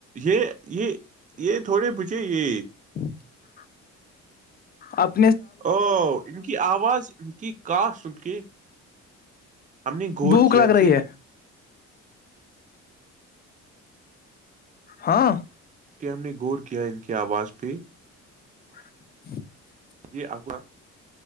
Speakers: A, on the right; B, on the left.
A: یہ یہ یہ تھوڑے ب چاہی
B: ہاں آپ
A: او ان کی آواز ان کی کا سن کی ہم نے غور
B: بھوک
A: کیا
B: لگ
A: کہ
B: رہی ہے ہاں
A: کہ ہم نے غور کیا ان کی آواز پہ
B: <unintelligible>
A: جی آپ کا